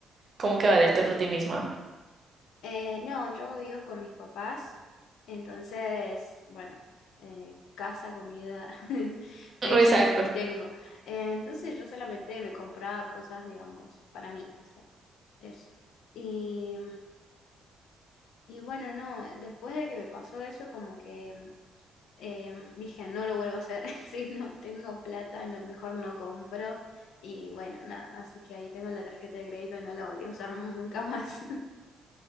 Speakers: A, on the right; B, on the left.
A: como que valerte por ti misma.
B: Eh, no, yo vivo con mis papás, entonces, bueno, eh, casa, comida, <laughs>
A: Exacto.
B: de hecho te- tengo. Eh, entonces yo solamente me compraba cosas, digamos, para mí, o sea, Eso. Y, y bueno, no, después de que me pasó eso, como que eh, dije, no lo vuelvo a hacer, <laughs> si no tengo plata, a lo mejor no compro. Y bueno, nada, así que ahí tengo la tarjeta de crédito y no la volví a usar nunca más.